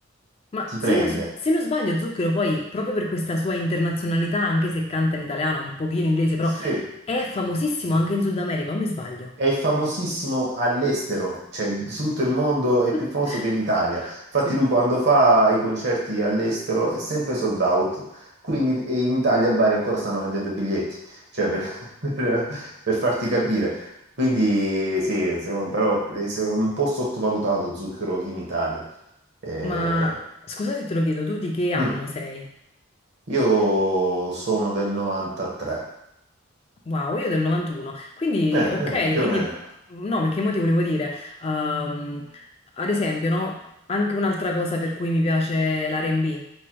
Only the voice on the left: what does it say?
Ma
se
non, s- se non sbaglio, Zucchero poi, proprio per questa sua internazionalità, anche se canta in italiano, un pochino in inglese, però
è famosissimo anche in Sud America, o mi sbaglio?
<laughs>
Sì.
Ma scusa se te lo chiedo, tu di che anno
sei?
Wow, io del 91. Quindi,
ok,
quindi
no, perché mo ti volevo dire, ehm, ad esempio, no, anche un'altra cosa per cui mi piace l'R&B In